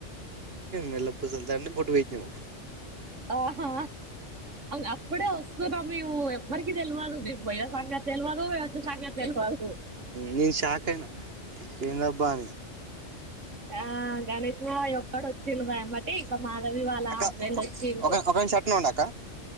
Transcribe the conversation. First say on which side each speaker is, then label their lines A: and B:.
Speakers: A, on the right; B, on the right.
A: నల్లపూసల దండ బొట్టు పెట్టినావ్
B: ఆహా అప్పుడే వస్తూ బా మేము ఎవరికి తెలివదు మీ పోయే సంగతి తెలివదు వచ్చే సంగతి తెలివదు
A: నేను షాక్ అయినా ఏందబ్బా అని
B: ఆ గణేష్ మావయ్య ఒక్కడు వచ్చిండు మా ఎమ్మటి మాధవి వాళ్ళ
A: అక్క
B: హస్బెండ్ వచ్చిడు
A: ఒక ఒక నిమిషం అట్నే ఉండు అక్క